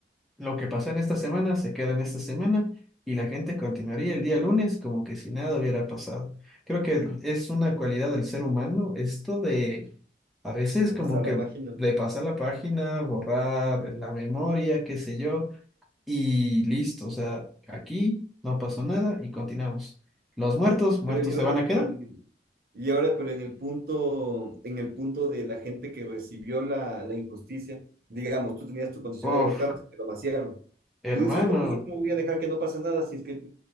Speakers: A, in the centre; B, on the right.
A: Lo que pasa en esta semana se queda en esta semana y la gente continuaría el día lunes como que si nada hubiera pasado. Creo que es una cualidad del ser humano esto de a veces
B: de
A: como
B: pasar
A: que
B: la página. ¿no?
A: le pasa la página, borrar la memoria, qué sé yo, y listo. O sea, aquí no pasó nada y continuamos. Los muertos, muertos
B: Pero y ahora
A: se van a quedar.
B: en y ahora pero en el punto en el punto de la gente que recibió la, la injusticia, digamos, tú tenías tu concesionario
A: Uf,
B: de carros que lo vaciaron.
A: hermano.
B: Tú dices, no, pues yo cómo voy a dejar que no pase nada si es que